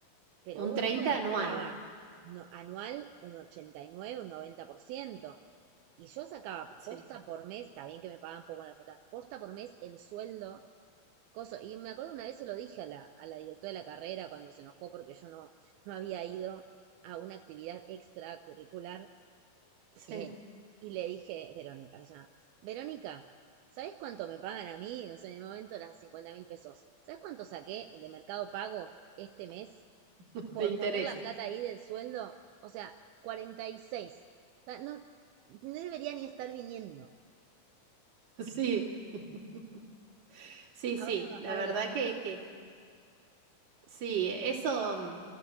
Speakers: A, on the right; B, on the right.
A: Pero
B: Un
A: hubo
B: 30
A: época que
B: anual.
A: quedaba no- anual un 89, un noventa por ciento Y yo sacaba
B: Sí,
A: posta por mes, está bien que me pagaban poco en la facultad, posta por mes el sueldo, coso. Y me acuerdo una vez se lo dije a la, a la directora de la carrera cuando se enojó porque yo no, no había ido a una actividad extracurricular.
B: sí,
A: eh, y le dije, Verónica, ya, Verónica, ¿sabes cuánto me pagan a mí? No sé, en el momento eran cincuenta mil pesos. ¿Sabes cuánto saqué de Mercado Pago este mes?
B: <laughs>
A: por
B: de intereses.
A: poner la plata ahí del sueldo, o sea, cuarenta y seis, O sea, no, no debería ni estar viniendo.
B: Sí, <laughs> sí,
A: Ahora
B: sí,
A: bajaron
B: la verdad
A: la tasa,
B: que,
A: pero
B: que
A: bueno,
B: Sí, eso mm,